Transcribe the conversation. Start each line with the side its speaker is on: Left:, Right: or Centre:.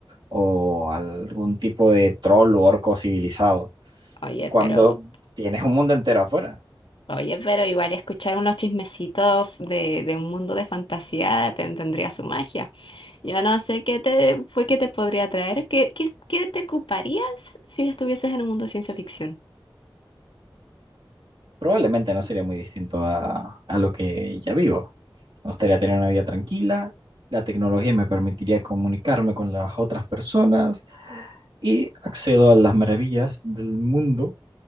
Right: o algún tipo de troll o orco civilizado,
Left: Oye,
Right: cuando
Left: pero,
Right: tienes un mundo entero afuera.
Left: oye, pero igual escuchar unos chismecitos de, de un mundo de fantasía te- tendría su magia. Yo no sé qué te fue que te podría traer, qué, qué, qué te ocuparías si estuvieses en un mundo de ciencia ficción.
Right: Probablemente no sería muy distinto a, a lo que ya vivo. Me gustaría tener una vida tranquila, la tecnología me permitiría comunicarme con las otras personas y accedo a las maravillas del mundo